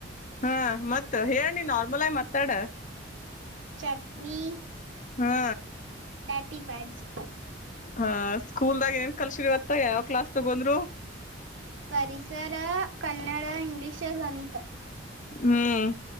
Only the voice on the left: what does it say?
ಹಾ ಮತ್ತ ಹೇಳ ನಾರ್ಮಲ್ ಆಗಿ ಮಾತಾಡ
ಹಾ
ಹ ಸ್ಕೂಲ್ದಾಗ ಏನ್ ಕಲ್ಸಿರಿವತ್ತ ಯಾವ ಕ್ಲಾಸ್ ತಗೊಂಡ್ರು
ಹ್ಮ್